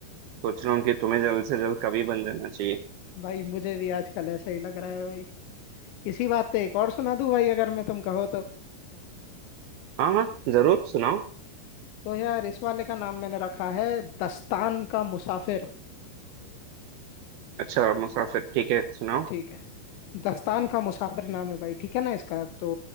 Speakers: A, on the right; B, on the left.
A: सोच रहा हूँ कि तुम्हें जल्द से जल्द कवि बन जाना चाहिए
B: भाई मुझे भी आजकल ऐसा ही लग रहा है भाई इसी बात पे एक और सुना दूं भाई अगर मैं तुम कहो तो
A: हाँ हाँ जरूर सुनाओ
B: तो यार इस वाले का नाम मैंने रखा है दस्तान का मुसाफिर
A: अच्छा मुसाफिर ठीक है सुनाओ
B: ठीक है दस्तान का मुसाफिर नाम है भाई ठीक है ना इसका तो